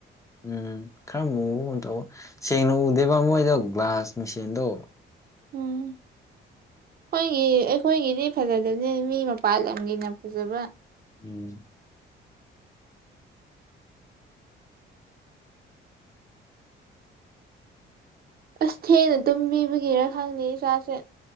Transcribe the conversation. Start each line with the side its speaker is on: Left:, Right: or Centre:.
Left: ꯎꯝ ꯈꯔ ꯃꯨꯑꯣꯕ ꯀꯣꯟ ꯇꯧ ꯁꯦꯡꯅ ꯎꯗꯦꯕ ꯃꯣꯏꯗꯣ ꯒ꯭ꯂꯥꯁ ꯃꯦꯁꯦꯟꯗꯣ
Right: ꯎꯝ ꯑꯩꯈꯣꯏꯒꯤ ꯑꯩꯈꯣꯏꯒꯤꯗꯤ ꯐꯖꯗ ꯅꯤ ꯃꯤ ꯃꯄꯥ ꯂꯝꯒꯤꯅ ꯐꯖꯕ
Left: ꯎꯝ
Right: ꯑꯁ ꯊꯦꯡꯅ ꯇꯨꯝꯕꯤꯕꯒꯤꯔ ꯈꯪꯗꯦ ꯏꯥꯁꯦ